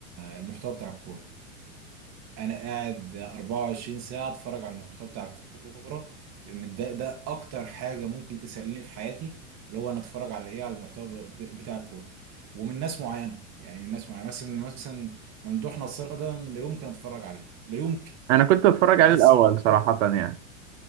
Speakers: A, on the right (about 40°); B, on the right (about 60°).
A: المحتوى بتاع الكوره انا قاعد 24 ساعه اتفرج على المحتوى بتاع الكوره لان ده ده اكتر حاجه ممكن تسليني في حياتي اللي هو انا اتفرج على ايه على المحتوى ب- بتاع الكوره ومن ناس معينه يعني من ناس معينه مثلا مثلا ممدوح نصر ده لا يمكن اتفرج عليه لا يمكن
B: انا كنت بتفرج
A: بحس
B: عليه الاول
A: ان
B: صراحه
A: هو
B: يعني